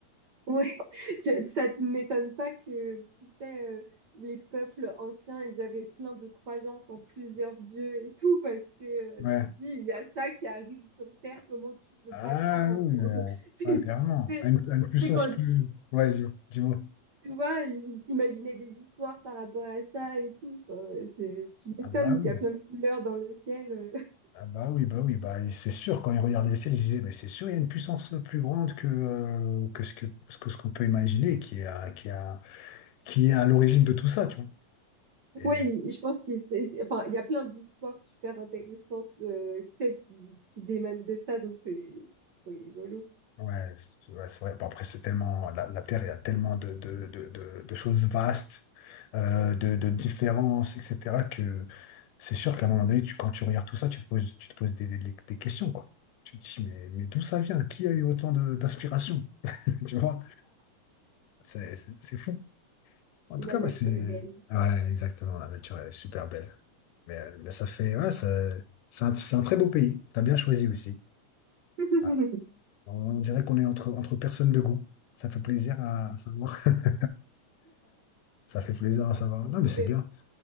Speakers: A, on the right; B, on the left.
A: Ouais, <laughs> tu- ça ne m'étonne pas que, tu sais, euh, les peuples anciens, ils avaient plein de croyances en plusieurs dieux et tout, parce que euh,
B: Ouais.
A: tu te dis, il y a ça qui arrive sur Terre, comment tu peux
B: Ah
A: pas croire en
B: oui,
A: toi?
B: euh,
A: <laughs> C'est
B: ah, clairement.
A: c'est-
B: À une, à une puissance
A: c'est quand,
B: plus. Ouais, dis- dis-moi.
A: tu vois, ils ils s'imaginaient des histoires par rapport à ça et tout. Enfin, c'est- tu m'étonnes,
B: Ah bah oui.
A: il y a plein de couleurs dans le ciel. euh.
B: Ah bah oui, bah oui, bah et c'est sûr, quand ils regardaient le ciel, ils se disaient, mais c'est sûr, il y a une puissance plus grande que, euh, que ce que, ce que ce qu'on peut imaginer, qui est à, qui est à, qui est à l'origine de tout ça, tu vois. Et
A: Oui, je pense qu'il c'est- c'est- enfin, il y a plein d'histoires super intéressantes euh, tu sais, qui, qui démanent de ça, donc c'est c'est rigolo.
B: ouais, c'est ouais, c'est vrai. Bon, après, c'est tellement, la, la Terre, il y a tellement de, de, de, de, de choses vastes, euh, de, de différences, etc., que c'est sûr qu'à un moment donné, tu, quand tu regardes tout ça, tu te poses, tu te poses des, des, des questions, quoi. Tu te dis, mais, mais d'où ça vient? Qui a eu autant de- d'inspiration? <laughs> Tu vois? C'est c'est- c'est fou. En
A: La
B: tout cas,
A: nature
B: bah c'est.
A: est belle.
B: Ouais, exactement, la nature, elle est super belle. Mais, euh, mais ça fait. Ouais, ça- c'est un, c'est un très beau pays. T'as bien choisi aussi.
A: <laughs>
B: Ah, On dirait qu'on est entre, entre personnes de goût. Ça fait plaisir à savoir. <laughs> Ça fait plaisir à savoir. Non, mais c'est
A: C'est
B: bien.